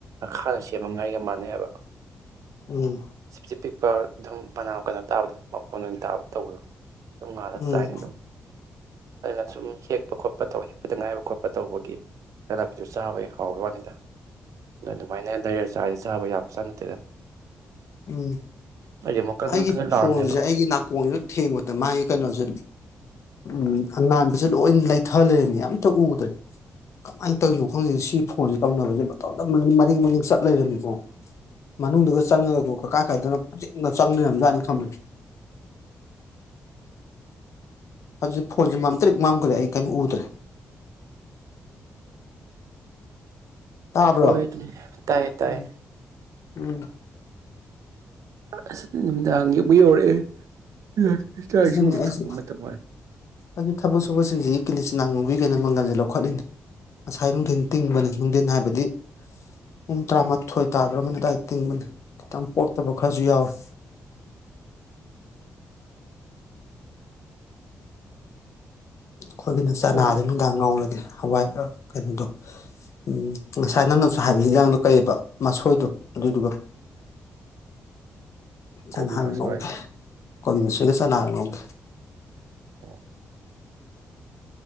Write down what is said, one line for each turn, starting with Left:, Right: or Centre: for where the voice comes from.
Right: ꯈꯥꯅ ꯁꯦꯝꯃ ꯉꯥꯔꯤꯒ ꯃꯥꯟꯅꯩ ꯍꯥꯏꯕ
Left: ꯎꯝ
Right: ꯑ ꯄꯤꯛꯄ ꯑꯗꯨꯝ ꯃꯅꯥ ꯀꯅꯥ ꯇꯥꯕꯗꯣ ꯃꯐꯣꯟ ꯑꯣꯏꯅ ꯇꯥꯕ ꯇꯧꯕꯗꯣ ꯑꯗꯨꯝ ꯉꯥꯂꯒ
Left: ꯎꯝ
Right: ꯆꯥꯏꯅ ꯑꯗꯨꯝ ꯑꯗꯨꯅ ꯁꯨꯝ ꯍꯦꯛꯄ ꯈꯣꯠꯄ ꯇꯧꯕ ꯍꯦꯛꯄꯗ ꯉꯥꯏꯕ ꯈꯣꯠꯄ ꯇꯧꯕꯒꯤ ꯀ ꯅꯥꯄꯤꯗꯨ ꯆꯥꯕꯒꯤ ꯍꯥꯎꯈꯤꯕ ꯋꯥꯅꯤꯗ ꯑꯗ ꯑꯗꯨꯃꯥꯏꯅ ꯂꯩꯔ ꯆꯥꯔꯤ ꯆꯥꯕ ꯌꯥ ꯆꯥ
Left: ꯎꯝ
Right: ꯑꯩꯗꯤ ꯑꯃꯨꯛ ꯀꯟ
Left: ꯑꯩꯒꯤ
Right: ꯀꯟ ꯀꯟ ꯀꯟ ꯂꯥꯎꯔꯝꯅꯦꯕ
Left: ꯐꯣꯟꯁꯦ ꯑꯩꯒꯤ ꯅꯥꯀꯣꯡꯁꯤꯁꯨ ꯊꯦꯡꯕꯗ ꯃꯥꯒꯤ ꯀꯩꯅꯣꯁꯦ ꯎꯝ ꯑꯉꯟꯥꯟꯕꯁꯦ ꯂꯣꯏ ꯂꯩꯊꯂꯩꯔꯝꯃꯦ ꯑꯝꯇ ꯎꯗ꯭ꯔꯦ ꯀꯃꯥꯏ ꯇꯧꯏꯅꯣ ꯈꯪꯗꯦ ꯁꯤ ꯐꯣꯟꯁꯦ ꯇꯧꯅꯕꯁꯦ ꯃꯇꯣꯝꯇ ꯃꯔꯦꯡ ꯃꯔꯦꯡ ꯆꯠ ꯂꯩꯔꯝꯃꯤꯀꯣ ꯃꯅꯨꯡꯗꯒ ꯆꯪꯉꯒꯀꯣ ꯀꯥꯀꯥꯏ ꯀꯥꯏꯗꯅꯣ ꯐꯨꯖꯤꯟꯅ ꯆꯪꯂꯩꯔꯝꯖꯠꯅꯦ ꯈꯪꯕ꯭ꯔ ꯑꯗꯨ ꯐꯣꯟꯁꯦ ꯃꯝꯇ꯭ꯔꯤꯛ ꯃꯝꯈ꯭ꯔꯦ ꯑꯩ ꯀꯦꯝ ꯎꯗ꯭ꯔꯦ ꯇꯥꯕ꯭ꯔꯣ
Right: ꯍꯣꯏ ꯗꯨꯅꯤ ꯇꯥꯏꯌꯦ ꯇꯥꯏꯌꯦ
Left: ꯎꯝ ꯎꯝ
Right: ꯑꯁ ꯅꯨꯃꯤꯗꯥꯡ ꯑꯃꯨꯛ ꯌꯧꯔꯛꯑꯦ <unintelligible>
Left: ꯑꯗꯨꯅꯤ
Right: ꯏꯁꯤꯡ
Left: ꯑꯩꯁꯤ
Right: ꯊꯣꯡꯕ ꯃꯇꯝ ꯑꯣꯏꯔꯦ
Left: ꯑꯩꯒꯤ ꯊꯕꯛ ꯁꯨꯕꯁꯤꯡꯁꯤꯒꯤ ꯀꯤꯂꯤꯆꯅꯥꯉꯧꯒꯤ ꯒꯦꯅ ꯃꯪꯒꯜꯁꯦ ꯂꯧꯈꯠꯂꯤꯅꯤ, ꯉꯁꯥꯏ ꯅꯨꯡꯊꯤꯟ ꯇꯤꯡꯕꯅꯤ ꯅꯨꯡꯊꯤꯟ ꯍꯥꯏꯕꯗꯤ ꯄꯨꯡ ꯇꯔꯥꯃꯥꯊꯣꯏ ꯇꯥꯗ꯭ꯔꯣꯑꯝꯃꯅꯤ ꯑꯗꯨꯋꯥꯏꯗ ꯇꯤꯡꯕꯅꯤ ꯈꯤꯇꯪ ꯄꯣꯛꯇꯕ ꯈꯔꯁꯨ ꯌꯥꯎꯔꯦ ꯈꯣꯏꯒꯤꯅ ꯆꯅꯥꯗꯣ
Right: ꯍꯣꯏ
Left: ꯅꯨꯡꯗꯥꯡ ꯉꯧꯔꯒꯦ ꯍꯋꯥꯏꯔ ꯀꯩꯅꯣꯗꯣ ꯎꯝ ꯉꯁꯥꯏ ꯅꯪꯅꯁꯨ ꯍꯥꯏꯕ ꯍꯤꯟꯖꯥꯡꯗꯣ ꯀꯩꯕ ꯃꯁꯣꯏꯗꯣ ꯑꯗꯨꯏꯗꯨꯒ ꯆꯅꯥꯒ
Right: ꯀꯣꯕꯤ ꯃꯁꯣꯏ
Left: ꯉꯧꯒꯦ ꯀꯣꯕꯤ ꯃꯥꯁꯣꯏꯒ ꯆꯅꯥꯒ ꯉꯧꯒꯦ
Right: ꯑꯣ